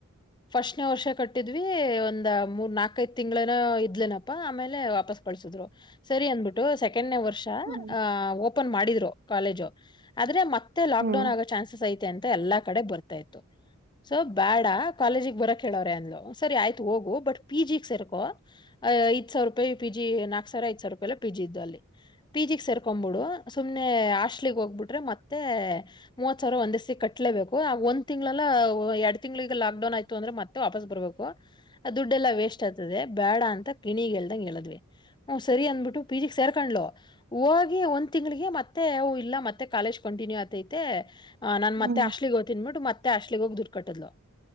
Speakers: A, on the left; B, on the right.
A: ಫಸ್ಟ್ನೇ ವರ್ಷ ಕಟ್ಟಿದ್ವಿ ಒಂದ್ ಮೂರ್ ನಾಕೈದ್ ತಿಂಗ್ಳೇನೋ ಇದ್ಲೇನಪ್ಪಾ ಆಮೇಲೆ ವಾಪಸ್ ಕಳ್ಸಿದ್ರು. ಸರಿ ಅಂದ್ಬಿಟ್ಟು ಸೆಕೆಂಡ್ನೇ ವರ್ಷ
B: ಹ್ಮ್
A: ಆ ಓಪನ್ ಮಾಡಿದ್ರು ಕಾಲೇಜು. ಆದ್ರೆ ಮತ್ತೆ ಲಾಕ್
B: ಹ್ಮ್
A: ಡೌನ್ ಆಗೋ ಚಾನ್ಸಸ್ ಐತೆ ಅಂತ ಎಲ್ಲಾ ಕಡೆ ಬರ್ತಾ ಇತ್ತು. ಸೊ ಬೇಡ ಕಾಲೇಜಿಗೆ ಬರಕ್ಹೇಳವ್ರೆ ಅಂದ್ಲು ಸರಿ ಆಯ್ತು ಹೋಗು ಬಟ್ ಪಿ ಜಿ ಸೇರ್ಕೋ ಐದ್ ಸಾವಿರ ರೂಪಾಯಿ ಪಿ ಜಿ ನಾಕ್ ಸಾವಿರ ಐದ ಸಾವಿರ ರೂಪಾಯಿ ಪಿ ಜಿ ಇದ್ದು ಅಲ್ಲಿ ಪಿ ಜಿ ಸೇರ್ಕೊಂಡ್ಬಿಡು ಸುಮ್ನೆ ಹಾಸ್ಟ್ಲಗ್ ಹೋಗ್ಬಿಟ್ರೆ ಮತ್ತೆ ಮೂವತ್ ಸಾವಿರ ಒಂದೇಸತಿ ಕಟ್ಲೇಬೇಕು. ಆ ಒಂದ್ ತಿಂಗಳಲ್ಲ ಎರಡ್ ತಿಂಗ್ಳಗ ಲಾಕ್ಡೌನ್ ಆಯ್ತು ಅಂದ್ರೆ ಮತ್ತೆ ವಾಪಸ್ ಬರ್ಬೇಕು. ಆ ದುಡ್ಡ್ ಎಲ್ಲಾ ವೇಸ್ಟ್ ಆಗ್ತದೆ ಬೇಡ ಅಂ ತ ಗಿಣಿಗೆ ಹೇಳ್ದಂಗ್ ಹೇಳದ್ವಿ ಹು ಸರಿ ಅಂದ್ಬಿಟ್ಟು ಪಿ ಜಿ ಗೆ ಸೇರ್ಕೊಂಡ್ಲು ಹೋಗಿ ಒಂದ್ ತಿಂಗಳಿಗೆ ಮತ್ತೆ ಅ ಇಲ್ಲ ಮತ್ತೆ ಕಾಲೇಜ್ ಕಂಟಿನ್ಯೂ ಆತೈತೆ ಹಾ ನಾನ್
B: ಹ್ಮ್
A: ಮತ್ತೆ ಹಾಸ್ಟ್ಲಿಗೋ ನೋಡು ಮತ್ತೆ ಹಾಸ್ಟ್ಲಗೆ ಹೋಗ್ ದುಡ್ಡ್ ಕಟ್ಟುದ್ಲು